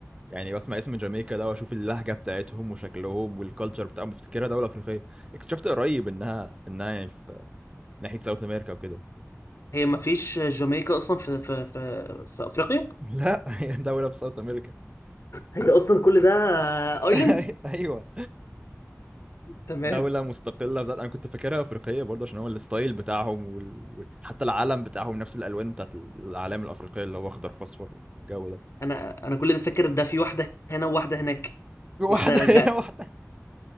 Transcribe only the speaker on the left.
هي ما فيش جامايكا اصلا في في في, في افريقيا
هي اصلا كل ده ايلاند
تمام
انا انا كل ده فاكر ده في واحده هنا وواحده هناك
واحده